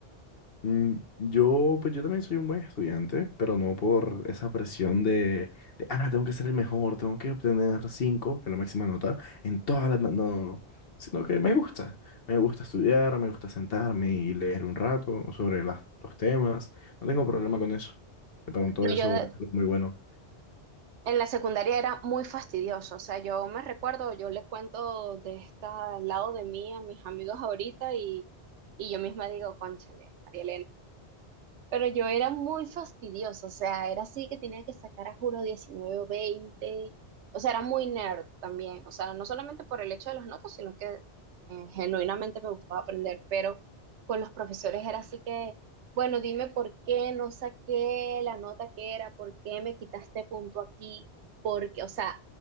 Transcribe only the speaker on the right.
No,
yo de-
en la secundaria era muy fastidioso, o sea, yo me recuerdo, yo le cuento de este lado de mí a mis amigos ahorita y, y yo misma digo, cónchale, María Pero yo era muy fastidiosa, o sea, era así que tenía que sacar a juro 19 o 20, o sea, era muy nerd también, o sea, no solamente por el hecho de las notas, sino que eh, genuinamente me gustaba aprender, pero con los profesores era así que, bueno, dime por qué no saqué la nota que era, por qué me quitaste punto aquí, porque, o sea,